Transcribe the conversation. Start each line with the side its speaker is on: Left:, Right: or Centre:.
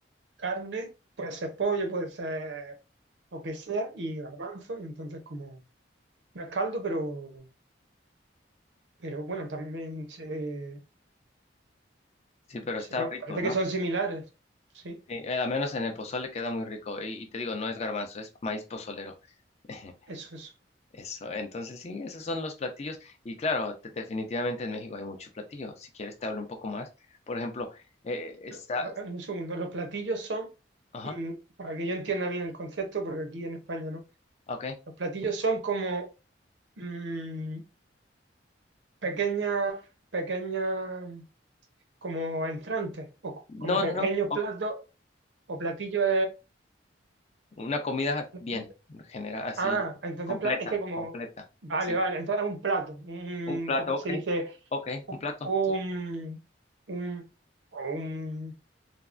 Right: carne, puede ser pollo, puede ser lo que sea, y garbanzo, y entonces como no es caldo, pero, pero bueno, también se,
Left: Sí, pero
Right: Se
Left: está
Right: pa-
Left: rico,
Right: parece
Left: ¿no?
Right: que son similares. Sí,
Left: Sí, eh, al menos en el pozole queda muy rico. Y, y te digo, no es garbanzo, es maíz pozolero. <laughs>
Right: eso es.
Left: Eso, entonces sí, esos son los platillos. Y claro, te- definitivamente en México hay muchos platillos. Si quieres te hablo un poco más. Por ejemplo, eh, está...
Right: Lo- a- a- Un segundo. Los platillos son,
Left: Ajá,
Right: mm, para que yo entienda bien el concepto, porque aquí en España no.
Left: ok.
Right: Los platillos son como mm, pequeñas, pequeñas, como entrantes, o co-
Left: No,
Right: como
Left: no,
Right: pequeños
Left: no. o-
Right: platos o platillos
Left: Una comida
Right: Platillo.
Left: bien, general, así,
Right: Ah, entonces
Left: completa,
Right: pla- es que como,
Left: completa.
Right: vale,
Left: Sí.
Right: vale, entonces es un plato, un,
Left: Un plato,
Right: ¿cómo
Left: ok.
Right: se dice?
Left: Ok,
Right: Un,
Left: un plato,
Right: un,
Left: sí.
Right: un- o un,